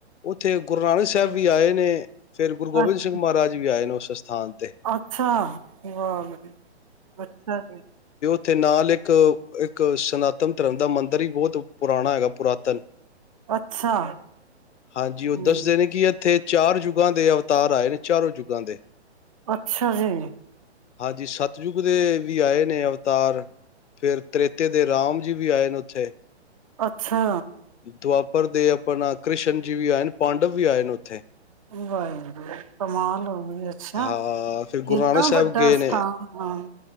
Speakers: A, on the left; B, on the right.
A: ਉੱਥੇ ਗੁਰੂ ਨਾਨਕ ਸਾਹਿਬ ਵੀ ਆਏ ਨੇ। ਫੇਰ ਗੁਰੂ ਗੋਬਿੰਦ
B: ਅੱ
A: ਸਿੰਘ ਮਹਾਰਾਜ ਵੀ ਆਏ ਨੇ ਉਸ। ਸਥਾਨ ਤੇ
B: ਅੱਛਾ ਵਾਹ ਅੱਛਾ।
A: ਉਥੇ ਨਾਲ ਇੱਕ ਇੱਕ ਸਨਾਤਨ ਧਰਮ ਦਾ ਮੰਦਿਰ ਹੀ ਬਹੁਤ ਪੁਰਾਣਾ ਹੈਗਾ ਪੁਰਾਤਨ।
B: ਅੱਛਾ
A: ਹਾਂਜੀ
B: ਹਮ
A: ਉਹ ਦੱਸਦੇ ਨੇ ਕਿ ਇੱਥੇ ਚਾਰ ਯੁਗਾਂ ਦੇ ਅਵਤਾਰ ਆਏ ਨੇ ਚਾਰੋਂ ਯੁੱਗਾਂ ਦੇ
B: ਅੱਛਾ ਜੀ।
A: ਹਾਂਜੀ ਸਤਿਯੁਗ ਦੇ ਵੀ ਆਏ ਨੇ ਅਵਤਾਰ ਫਿਰ ਤ੍ਰੇਤੇ ਦੇ ਰਾਮ ਜੀ ਵੀ ਆਏ ਨੇ ਉੱਥੇ।
B: ਅੱਛਾ।
A: ਦੁਆਪਰ ਦੇ ਆਪਣਾ ਕ੍ਰਿਸ਼ਨ ਜੀ ਵੀ ਆਏ ਪਾਂਡਵ ਵੀ ਆਏ ਨੇ ਉੱਥੇ।
B: ਵਾਹਿਗੁਰੂ ਕਮਾਲ ਹੋ ਅੱਛਾ
A: ਹਾਂ ਫਿਰ ਗੁਰੂ
B: ਇੰਨਾ
A: ਨਾਨਕ ਸਾਹਿਬ
B: ਵੱਡਾ
A: ਗਏ ਨੇ
B: ਸਥਾਨ ਹਾਂ।